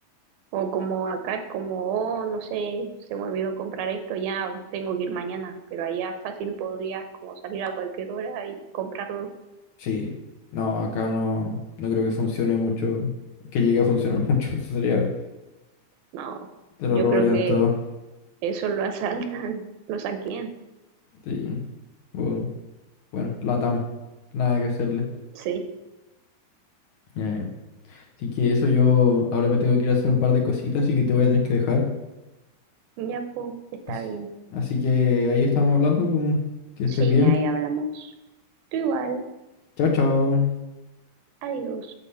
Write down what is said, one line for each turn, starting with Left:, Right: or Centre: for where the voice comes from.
Right: O como acá es como, oh, no sé, se me olvidó comprar esto, ya tengo que ir mañana. Pero allá fácil podrías como salir a cualquier hora y comprarlo.
Left: Sí, no, acá no, no creo que funcione mucho, que llegue a funcionar <laughs> mucho, eso sería,
Right: No,
Left: te lo
Right: yo
Left: robarían
Right: creo que
Left: todo.
Right: eso lo asaltan, lo saquean.
Left: Sí, bu- bueno, Latam, nada que hacerle.
Right: Sí,
Left: Eh, así que eso yo ahora me tengo que ir a hacer un par de cositas, así que te voy a tener que dejar.
Right: ya pues, está
Left: Así,
Right: bien.
Left: así que ahí estamos hablando, pues, que
Right: Sí,
Left: estés bien.
Right: ahí hablamos. Tú igual.
Left: Chao, chao.
Right: Adiós.